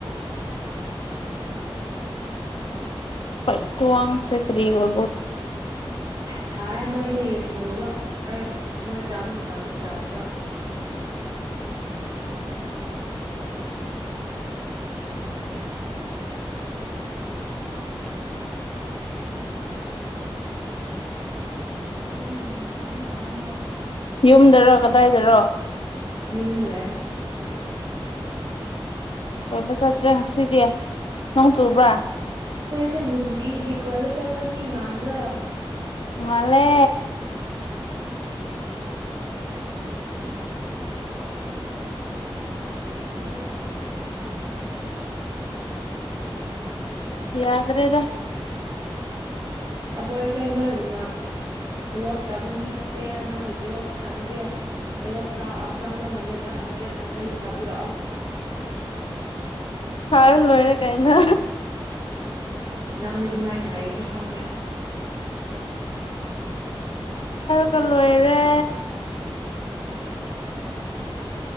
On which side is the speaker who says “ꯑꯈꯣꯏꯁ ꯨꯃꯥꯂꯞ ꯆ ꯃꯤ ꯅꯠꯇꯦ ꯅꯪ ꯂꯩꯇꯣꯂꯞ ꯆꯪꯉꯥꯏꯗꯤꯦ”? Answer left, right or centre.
Right